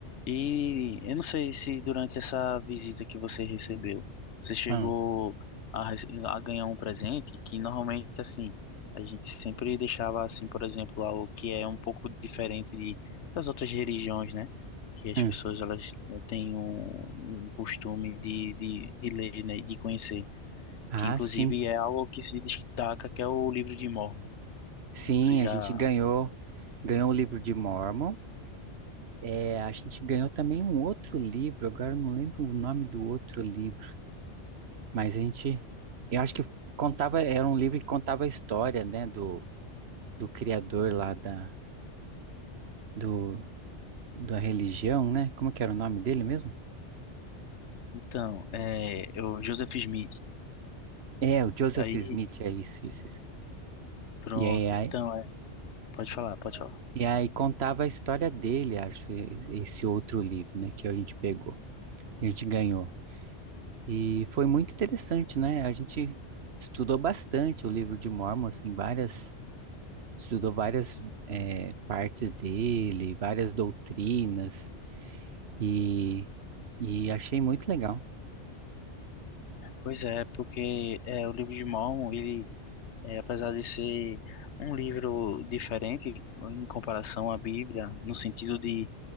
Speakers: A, on the left; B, on the right.
A: E eu não sei se durante essa visita que você recebeu, você chegou
B: Hum,
A: a, rece- a ganhar um presente que normalmente assim, a gente sempre deixava assim, por exemplo, algo que é um pouco diferente de, das outras religiões, né? Que as
B: hum.
A: pessoas elas têm um, um costume de, de, de ler, né? e De conhecer,
B: Ah,
A: que inclusive
B: sim.
A: é algo que se destaca, que é o livro de Mórmon.
B: Sim,
A: Você já
B: a gente ganhou, ganhou o livro de Mormon. É, a gente ganhou também um outro livro, agora eu não lembro o nome do outro livro, mas a gente, eu acho que contava, era um livro que contava a história, né, do, do criador lá da, do, da religião, né? Como que era o nome dele mesmo?
A: então, é, é o Joseph Smith,
B: É, o Joseph
A: Aí,
B: Smith, é isso, isso, isso.
A: pronto.
B: E aí, aí-
A: Então, é, pode falar, pode falar.
B: e aí contava a história dele, acho, e- esse outro livro, né, que a gente pegou, que a gente ganhou. E foi muito interessante, né? A gente estudou bastante o livro de Mormon, assim, várias, estudou várias eh, partes dele, várias doutrinas, e, e achei muito legal.
A: Pois é, porque é, o livro de Mormon, ele, é, apesar de ser um livro diferente em comparação à Bíblia, no sentido de,